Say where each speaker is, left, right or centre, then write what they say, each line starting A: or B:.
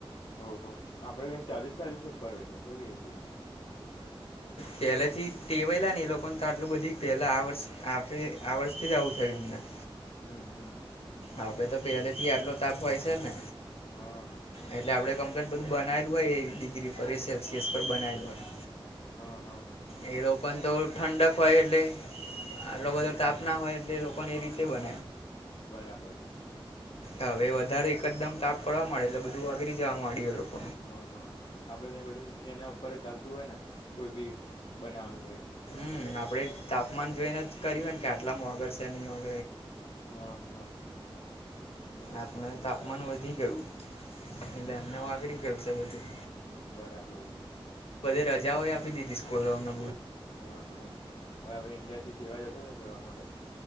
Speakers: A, on the left; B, on the left.
A: ઓહ આપડે કઈ ચાલીસ ચાલીસ ન ઉપર હોય છે થું
B: પહેલા થી ટેવાયલા ને એ લોકોને તો આટલું બધી પહેલા આ વર્ષ આ વર્ષથી જ આવું થયું એમને
A: હમ હમ
B: આપડે તો પહેલે થી આટલો તાપ હોય છે ને
A: હા
B: એટલે આપડે કમ બનાયલું હોય એ ડિગ્રી પર એ સેલ્સિયસ પર બનાયેલું હોય.
A: હમ્મ હમ્મ
B: એ તો ઠંડક વાય એટલે આટલો બધો
A: હમ
B: તાપ ન હોય એટલે લોકોને એવી <unintelligible>
A: બરાબર છે
B: હવે વધારે એકદમ તાપ પડવા માંડે એટલે બધું વાગળરી જવા માંડ્યું એ લોકો
A: હા, હા આપડે ત બધું એને ઉપર ચાલતું હોય, ને કોઈ બી બનાવવાનું હોય
B: હમ્મ આપળે તાપમાન જોઈને જ કર્યું હોય ને કે આટલામ વગર છે, નહીં હોય
A: હમ્મ, હા
B: આપને
A: બરાબર
B: તાપમાન વધી ગયું
A: હમ
B: એટલે
A: હમ
B: અમને વાગરી ગયું છે, બધું
A: બરાબર છે
B: રજાઓ આપી દીધી સ્કલોમને
A: હમ હા હવે આપડ ઈન્ડિયા થી સેવા જશે ને કરવા માટે